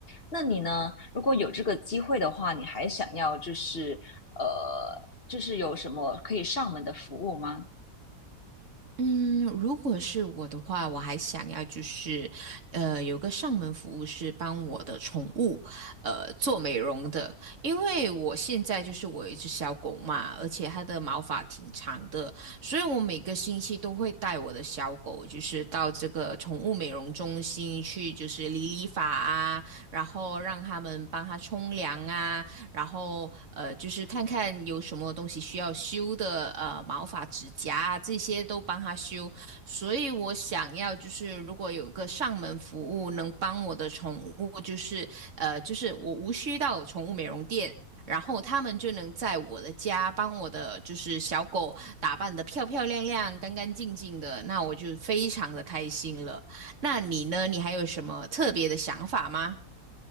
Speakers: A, on the left (about 40°); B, on the right (about 50°).
A: 那你呢？如果有这个机会的话，你还想要就是呃，就是有什么可以上门的服务吗？
B: 嗯，如果是我的话，我还想要就是，呃，有个上门服务是帮我的宠物，呃，做美容的，因为我现在就是我有一只小狗嘛，而且它的毛发挺长的，所以我每个星期都会带我的小狗，就是到这个宠物美容中心去，就是理理发啊，然后让他们帮它冲凉啊。然后呃，就是看看有什么东西需要修的，呃，毛发、指甲啊这些都帮他修。所以我想要就是如果有个上门服务能帮我的宠物，就是呃，就是我无需到宠物美容店。然后他们就能在我的家帮我的就是小狗打扮得漂漂亮亮、干干净净的，那我就非常的开心了。那你呢？你还有什么特别的想法吗？